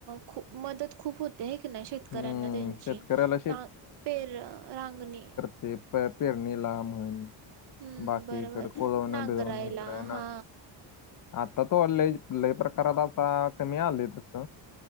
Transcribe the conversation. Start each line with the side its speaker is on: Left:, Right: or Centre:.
Right: खूप, मदत खूप होत ते हे कणी शेतकऱ्यांना
Left: हम्म
Right: त्यांची
Left: शेतकऱ्याला
Right: ना पेर, रांगणी.
Left: ते प पेरणीला म्हण.
Right: हम्म
Left: बाकी
Right: बरोबर
Left: इकड कोलोणे-बिलवणी
Right: नांगरायला
Left: इकडे आहे
Right: हा
Left: ना. आता तोवर लय, लय प्रकारात आता कमी आलेय तस.